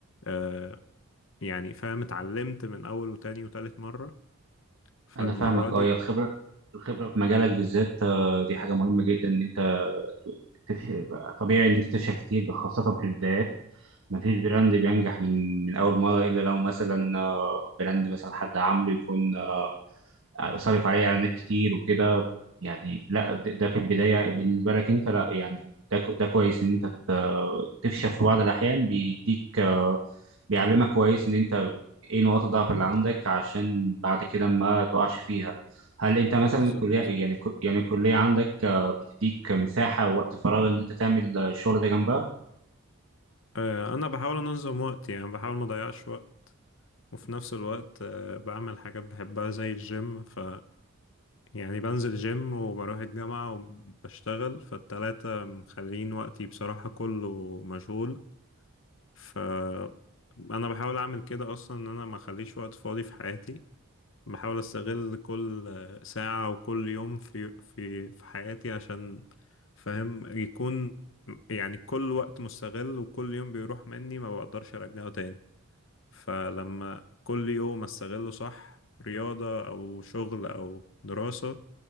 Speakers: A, on the left (about 60°); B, on the right (about 65°).
A: آه يعني فاهم اتعلمت من أول وتاني وتالت مرة فالمرة
B: انا فاهمك
A: دي
B: اه هي الخبره الخبره في مجالك بالذات آه، دي حاجه مهمه جدا ان انت تفشل طبيعي ان انت تفشل كتير خاصه في البدايات ما فيش براند
A: مم.
B: بينجح من من اول مره الا لو مثلا آه، براند مثلا حد عامله يكون آه، آه، صارف عليه اعلانات كتير وكده يعني لا د- ده في البدايه بالنسبه لك انت لا يعني ده كو- ده كويس ان انت ت- تفشل في بعض الاحيان بيديك آه، بيعلمك كويس ان انت ايه نقاط الضعف اللي عندك عشان بعد كده ما تقعش فيها هل انت مثلا
A: بالظبط
B: الكليه يعني كو- يعني الكليه عندك آه، بتديك مساحه ووقت فراغ ان انت تعمل آه، الشغل ده جنبها
A: آه، أنا بحاول أنظم وقتي يعني بحاول ما أضيعش وقت وفي نفس الوقت آه، بعمل حاجات بحبها زي الجيم ف يعني بنزل جيم وبروح الجامعة وبشتغل فالتلاتة مخلين وقتي بصراحة كله مشغول ف أنا بحاول أعمل كده أصلا إن أنا ما أخليش وقت فاضي في حياتي بحاول استغل كل ساعة وكل يوم في في في حياتي عشان فاهم يكون يعني كل وقت مستغل وكل يوم بيروح مني ما بقدرش ارجعه تاني فلما كل يوم استغله صح رياضة او شغل او دراسة